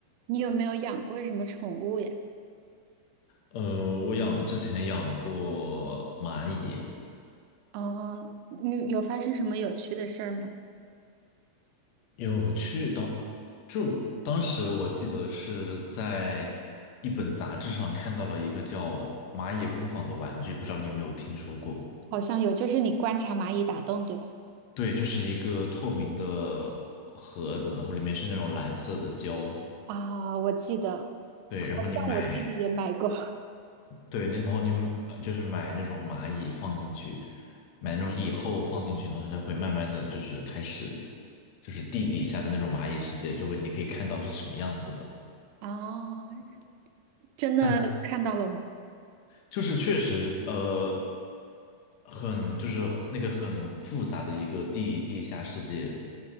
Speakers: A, on the right (about 85°); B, on the left (about 80°).
A: 你有没有养过什么宠物呀？
B: 呃，我养之前养过蚂蚁，
A: 哦，你有发生什么有趣的事儿吗？
B: 有去到，就当时我记得是在一本杂志上看到了一个叫蚂蚁工坊的玩具，不知道你有没有听说过？
A: 好像有，就是你观察蚂蚁打洞，对吧？
B: 对，就是一个透明的盒子，然后里面是那种蓝色的胶，
A: 啊，我记得，
B: 对，
A: 好像我弟弟也买过。
B: 然后你买。对，你然后你就是买那种蚂蚁放进去，买那种蚁后放进去，然后它会慢慢的就是开始，就是地底下的那种蚂蚁世界，就会你可以看到是什么样子的。
A: <laughs> 哦，真的看到了吗？
B: 但就是确实，呃，很就是那个很复杂的一个地地下世界，